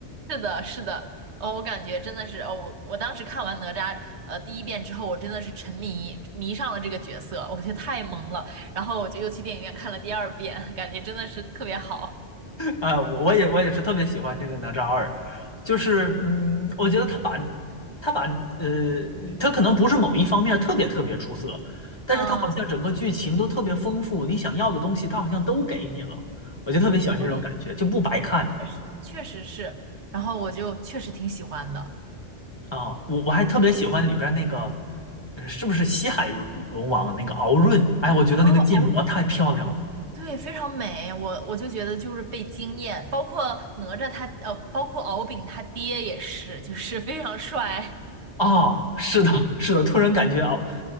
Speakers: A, on the right; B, on the left.
A: 是的，是的，哦，我感觉真的是，哦，我我当时看完哪吒呃第一遍之后，我真的是沉迷迷上了这个角色，我觉得太萌了，然后我就又去电影院看了第二遍，<laughs> 感觉真的是特别好。
B: 呃，我我也我也是特别喜欢这个哪吒二，就是嗯，我觉得他把他把呃，他可能不是某一方面特别特别出色，但是他好像整个剧情都特别丰富，
A: 嗯，
B: 你想要的东西他好像都给你了，我就特别喜欢这种感觉，
A: 对，
B: 就不白看
A: 确实确实是，然后我就确实挺喜欢的。
B: 啊。我我还特别喜欢里边儿那个
A: 嗯，
B: 呃是不是西海龙龙王那个敖闰？哎，我觉得那个建模太漂亮了
A: 哦哦，对，非常美，我我就觉得就是被惊艳，包括哪吒他呃，包括敖丙他爹也是，就是非常帅，
B: 啊！是的，是的，突然感觉敖